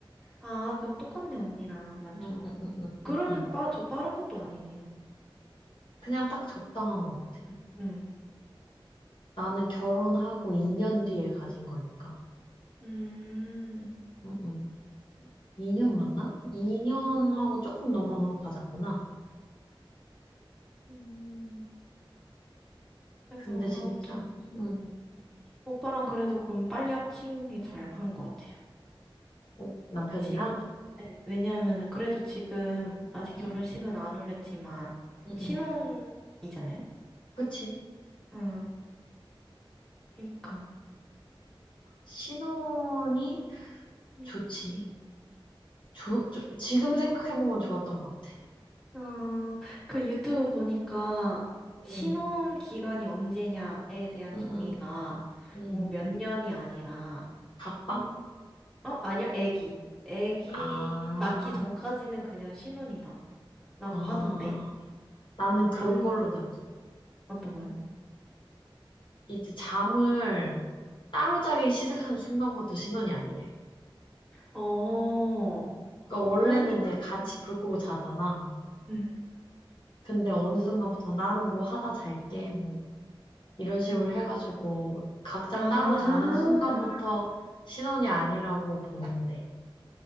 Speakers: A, in the centre; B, on the left.
A: 아, 그럼 똑같네, 언니랑, 완전.
B: 음, 음, 음, 음,
A: 그러면
B: 음, 음.
A: 빠, 저 빠른 것도 아니네요.
B: 그냥 딱 적당한 것 같아.
A: 응, 응.
B: 나는 결혼하고 2년 뒤에 가진 거니까.
A: 음,
B: 음, 음. 2년 맞나? 2년하고 조금 넘어서 가졌구나.
A: 음, 그래서
B: 근데 진짜,
A: 아무튼, 음,
B: 음,
A: 오빠랑 그래도 그럼 빨리 합친 게 잘 한 것 같아요.
B: 어, 남편이랑?
A: 지금. 네. 왜냐하면 그래도 지금 아직 결혼식은
B: 응 응
A: 안 올렸지만
B: 응
A: 신혼이잖아요.
B: 음. 그치.
A: 응, 그러니까.
B: 신혼이
A: 음.
B: 좋지. 조, 조- 지금 생각해보면 좋았던 것 같아.
A: 어, 그 유튜브 보니까 신혼
B: 응,
A: 기간이 언제냐에 대한
B: 응,
A: 정의가
B: 응, 응.
A: 뭐 몇 년이 아니라
B: 각방?
A: 어, 아니요. 애기. 애기
B: 아,
A: 낳기 전까지는 그냥 신혼이다라고
B: 아.
A: 하던데.
B: 나는 그걸로
A: 완
B: 들었어.
A: 어떤 거요?
B: 이제 잠을 따로 자기 시작한 순간부터 신혼이 아니래.
A: 어.
B: 그러니까 원래는
A: 아니
B: 이제 같이
A: 음.
B: 불 끄고 자잖아.
A: 음.
B: 근데 어느 순간부터 나는 뭐 하다 잘게, 뭐, 이런 식으로
A: 음.
B: 해가지고 각자
A: 아.
B: 따로 자는 순간부터 신혼이 아니라고 보는데.